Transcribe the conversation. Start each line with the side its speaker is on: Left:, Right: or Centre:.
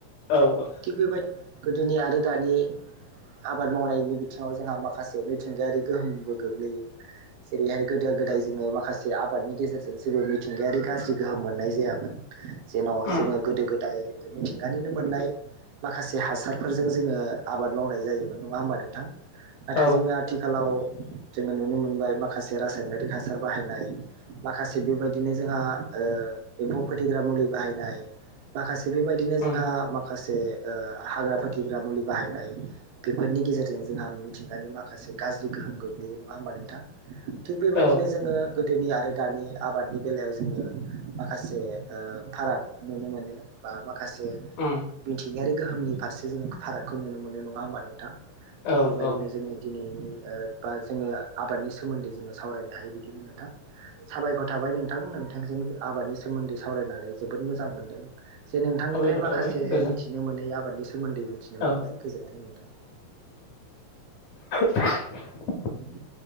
Left: औ ओं
Right: थिग बेबायदि गोदोनि आरो दानि आबाद मावनायनि बिथिंङाव जोंहा माख माखासे मिथिंगायारि गोहोमबो गोग्लैयो जेरैहाय गोदो गोदाय जोङो माखा से आबादनि गेजेरजों जेबो मिथिंगायारि गाज्रि गोहोम मोननाय जायामोन जेन'
Left: औ
Right: जोङो गोदो गोदाय मिथिंगानिनो मोननाय माखासे हासारफोरजों जोङो आबाद मावनाय जायोमोन नङा होमबा नोंथां? नाथाय
Left: औ
Right: जोङो आथिखालाव जोङो नुनो मोनबाय माखासे रासायनारि हासार बाहायनाय माखासे बेबायदिनो जोंहा ओ एम्फौ फोथैग्रा मुलि बाहायनाय माखासे बेबायदिनो
Left: उम
Right: जोंहा मा खासे ओ हाग्रा फोथिग्रा मुलि बाहायनाय बेफोरनि गेजेरजों जोंहा मिथिंगानि माखासे गाज्रि गोहोम गोग्लैयो नङा होमबा नोंथां? थिग बेबायदिनो
Left: औ
Right: जोङो गोदोनि आरो दानि आबादनि बेलायाव जोङो माखासे ओ फाराग नुनो मोनो बा मा खासे
Left: उम
Right: मिथिंगायारि गोहोमनि फारसे जों फारागखौ नुनो मोननाय नङा होमबा नोंथां? थिग
Left: औ
Right: बेबायदिनो
Left: औ
Right: जोंनि दिनैनि ओ बा जोङो आबादनि सोमोन्दै जोङो सावरायनो हायो बिदिनो नोंथां साबायख'र थाबाय नोंथां नोंथांजों आबादनि सोमोन्दै सावरायनानै जोबोद मोजां मोनदों। जे नोंथांनिफ्राय
Left: साबायखर
Right: माखासे
Left: थाबाय गोजोन
Right: मिथिनो मोनै आबादनि सोमोन्दै मिथिनो मोनबाय
Left: औ
Right: गोजोन्थों नोंथां।
Left: लांदां
Right: लांदां